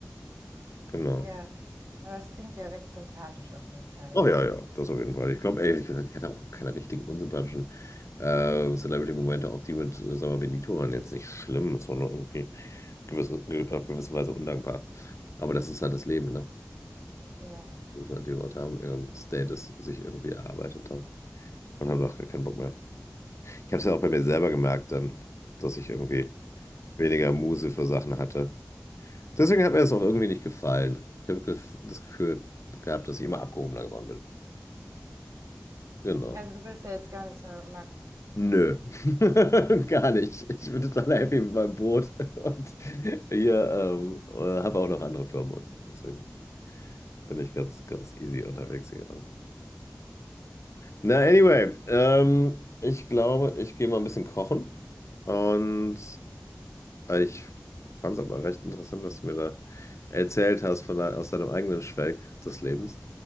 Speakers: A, on the left; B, on the right.
A: Genau.
B: Ja, aber es klingt ja recht sympathisch auf jeden Fall.
A: Ach ja, ja, das auf jeden Fall. Ich glaube, ehrlich gesagt, ich hatte auch keine richtigen unsympathischen äh, Celebrity-Momente, auch die mit, äh, sag mal, Benito waren jetzt nicht schlimm. Es war nur irgendwie gewisse, ge- auf gewisse Weise undankbar. Aber das ist halt das Leben, ne?
B: Ja.
A: Das ist halt, die Leute haben ihren Status sich irgendwie erarbeitet haben und haben auch gar keinen Bock mehr. Ich habe es ja auch bei mir selber gemerkt dann, dass ich irgendwie weniger Muße für Sachen hatte. Deswegen hat mir das auch irgendwie nicht gefallen. Ich habe gef- das Gefühl gehabt, dass ich immer abgehobener geworden bin. Genau.
B: Also du willst ja jetzt gar nichts mehr machen.
A: Nö, <laughs> gar nicht. Ich bin total happy mit meinem Boot <laughs> und hier ähm, äh, habe auch noch andere Firmen und so. Deswegen bin ich ganz, ganz easy unterwegs hier gerade. Na, anyway, ähm, ich glaube, ich gehe mal ein bisschen kochen und äh, ich fand es aber recht interessant, was du mir da erzählt hast von dein- aus deinem eigenen Schwelg des Lebens.